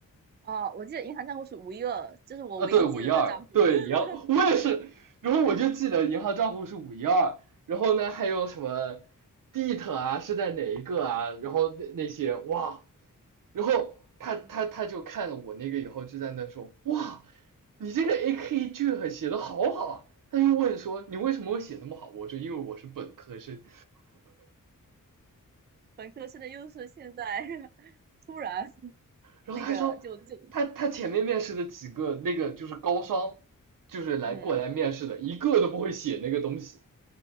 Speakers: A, on the right (about 30°); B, on the right (about 75°).
A: 哦，我记得银行账户是五一二，这是我唯一记得的账户。
B: 啊，对，五一二，对，
A: <laughs>
B: 银行，我也是，然后我就记得银行账户是五一二，然后呢还有什么 d t e 啊是在哪一个啊，然后那那些哇，然后他他他就看了我那个以后就在那说，
A: 嗯，
B: 哇，你这个 AK 句很写的好好啊，他又问说你为什么会写那么好，我说因为我是本科生，
A: 本科生的优势现在 <laughs> 突然
B: 然后他说他他前面面试的几个那个就是高商，
A: 那个就就
B: 就是来过来面试的，
A: 嗯。
B: 一个都不会写那个东西。